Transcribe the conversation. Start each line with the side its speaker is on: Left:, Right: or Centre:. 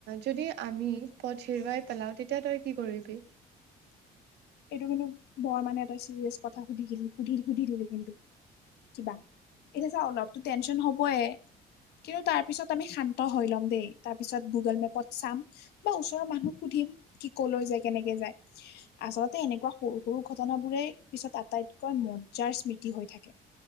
Right: যদি আমি পথ হেৰুৱাই পেলাওঁ, তেতিয়া তই কি কৰিবি?
Left: এইটো কিন্তু বৰ মানে এটা ছিৰিয়াছ কথা সুধি দিলি, সুধি-সুধি দিলি কিন্তু। কিবা এতিয়া চা অলপতো টেনশচন হবই। কিন্তু তাৰ পিছত আমি শান্ত হৈ ল'ম দেই, তাৰপিছত গুগল মেপত চাম। বা ওচৰৰ মানুক সুধিম কি কলৈ যায়, কেনেকে যায়? আচলতে, এনেকুৱা সৰু-সৰু ঘটনাবোৰেই পিছত আটাইতকৈ মজ্জাৰ স্মৃতি হৈ থাকে।